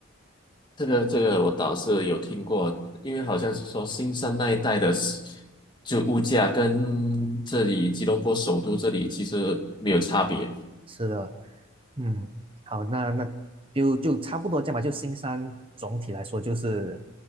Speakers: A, on the left; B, on the right.
A: 这个这个我倒是有听过，因为好像是说新山那一带的是，就物价跟这里吉隆坡首都这里其实没有差别。
B: 是的。嗯，好，那那就就差不多这样吧。就新山总体来说就是